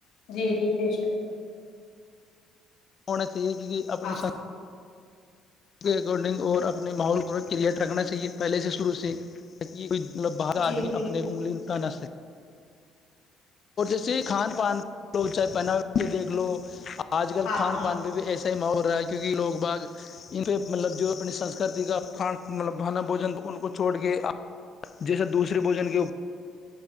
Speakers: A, on the left; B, on the left.
A: جی جی بے شک
B: ہون یہی ہے کیونکہ اپنے
A: ہاں
B: س کے اکارڈنگ اور اپنے ماحول کو کیلیئٹ رکھنا چاہیے پہلے سے شروع سے ت یہ مطلب باہر
A: جی
B: آدمی
A: جی
B: اپنے انگلی تناس اور جیسے کھان پان لو چاہے پہناو کے دیکھ لو آج کل
A: ہاں
B: کھان
A: ہاں
B: پان پ بھی ایسے م ہو رہا ہے کیونکہ لوگ باغ ان پہ مطلب جو اپنی سنسکرتی کا کان مطلب بناا بوجن ان کو چھوڑ کے جیسے دوسرے بوجن کے